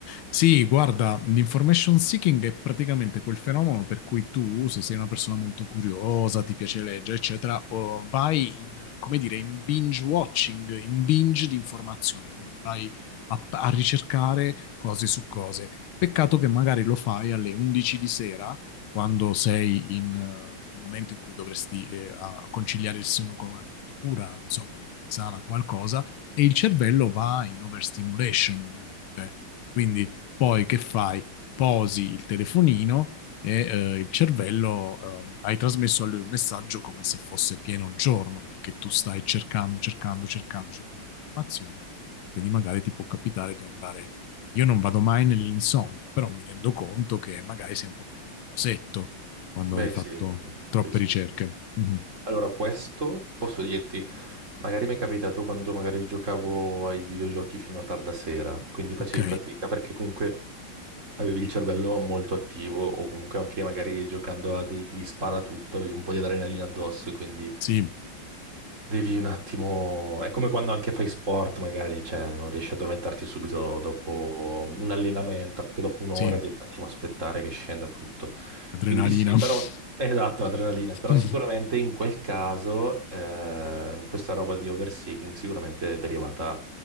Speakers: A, on the left; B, on the right.
A: Sì, guarda, l'information seeking è praticamente quel fenomeno per cui tu, se sei una persona molto curiosa, ti piace leggere, eccetera, o vai in, come dire, in binge watching, in binge di informazioni, quindi vai a, a ricercare cose su cose. Peccato che magari lo fai alle 11 di sera, quando sei in, eh, in un momento in cui dovresti eh, a- conciliare il sonno con una lettura, non so, con una tisana, qualcosa e il cervello va in overstimulation ovviamente. Quindi poi che fai? Posi il telefonino e eh, il cervello eh, hai trasmesso a lui un messaggio come se fosse pieno giorno perché tu stai cercando, cercando, cercando, cercando informazioni e quindi magari ti può capitare di andare io non vado mai nell'insonnia, però mi rendo conto che magari sei un po' più nervosetto quando
B: Beh,
A: hai fatto
B: sì,
A: troppe
B: sì, sì,
A: ricerche.
B: sì.
A: Mm,
B: Allora, questo posso dirti, magari mi è capitato quando magari giocavo ai videogiochi fino a tarda sera, quindi facevi
A: Ok,
B: fatica perché comunque Avevi il cervello molto attivo o comunque anche magari giocando a degli sparatutto, avevi un po' di adrenalina addosso e quindi
A: sì,
B: Devi un attimo, è come quando anche fai sport, magari, cioè, non riesci ad addormentarti subito dopo un allenamento, anche dopo un'ora
A: sì,
B: devi un attimo aspettare che scenda tutto.
A: adrenalina.
B: Quindi sì, però,
A: <laughs>
B: esatto, l'adrenalina, però
A: Mhm.
B: sicuramente in quel caso, eh, in questa roba di overseeking, sicuramente è derivata